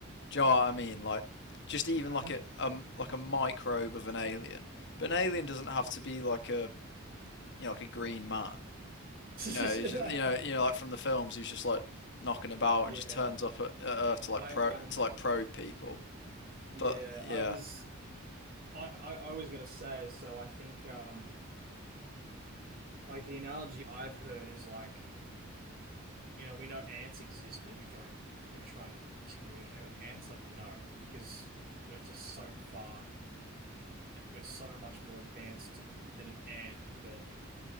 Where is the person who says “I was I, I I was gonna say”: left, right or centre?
Right